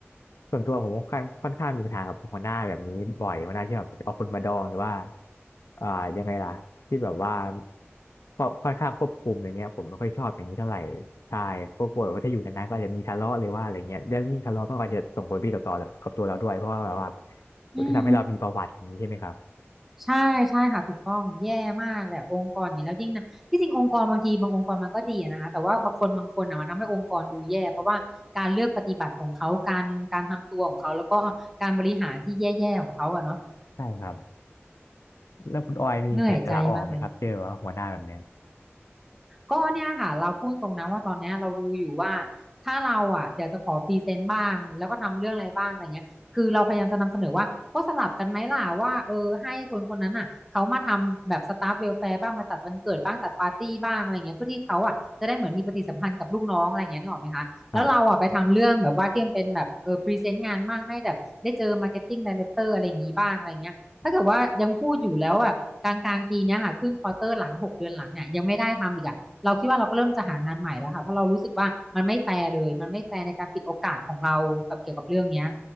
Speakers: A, on the left; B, in the centre.
A: ส่วนตัวผมค่อนข้างค่อนข้างมีปัญหากับหัวหน้าแบบนี้บ่อยหัวหน้าที่แบบเอาคนมาดองหรือว่าอ่ายังไงล่ะที่แบบว่าก็ค่อนข้างควบคุมอย่างเงี้ยผมไม่ค่อยชอบอย่างนี้เท่าไหร่ใช่ก็กลัวแบบว่าถ้าอยู่นานๆก็อาจจะมีทะเลาะหรือว่าอะไรเงี้ยแล้วยิ่งทะเลาะมันก็อาจจะส่งผลดีกับต่อกับตัวเราด้วยเพราะว่าแบบว่า
B: อืม
A: ก็ทำให้เรามีประวัติอย่างนี้ใช่ไหมครับ
B: ใช่ใช่ค่ะถูกต้องแย่มากเลยอะองค์กรอย่างนี้แล้วยิ่งนะที่จริงองค์กรบางทีบางองค์กรมันก็ดีอะนะคะแต่ว่าบางคนบางคนอะมันทำให้องค์กรดูแย่เพราะว่าการเลือกปฏิบัติของเขาการการทำตัวของเขาแล้วก็การบริหารที่แย่ๆของเขาอะเนาะ
A: ใช่ครับ แล้วคุณออยมีแผนจะลาออกไหมครับเจอว่าหัวหน้าแบบเนี้ย
B: เหนื่อยใจมากเลย ก็เนี่ยค่ะเราพูดตรงนะว่าตอนเนี้ยเราดูอยู่ว่าถ้าเราอ่ะเดี๋ยวจะขอพรีเซนต์บ้างแล้วก็ทำเรื่องอะไรบ้างอะไรเงี้ยคือเราพยายามจะนำเสนอว่าก็สลับกันไหมล่ะว่าเออให้คนคนนั้นอ่ะเขามาทำแบบสตาฟเวลแฟร์บ้างมาจัดวันเกิดบ้างจัดปาร์ตี้บ้างอะไรเงี้ยเพื่อที่เขาอ่ะจะได้เหมือนมีปฏิสัมพันธ์กับลูกน้องอะไรเงี้ยนึกออกไหมคะแล้วเราอ่ะไปทำเรื่องแบบว่าที่มันเป็นแบบเออพรีเซนต์งานบ้างให้แบบได้เจอมาร์เก็ตติ้งไดเรคเตอร์อะไรอย่างงี้บ้างอะไรเงี้ยถ้าเกิดว่ายังพูดอยู่แล้วแบบกลางกลางปีเนี้ยค่ะขึ้นควอเตอร์หลังหกเดือนหลังเนี่ยยังไม่ได้ทำอีกอะ
A: ครับ
B: เราคิดว่าเราก็เริ่มจะหางานใหม่แล้วค่ะเพราะเรารู้สึกว่ามันไม่แฟร์เลยมันไม่แฟร์ในการปิดโอกาสของเรากับเกี่ยวกับเรื่องเนี้ย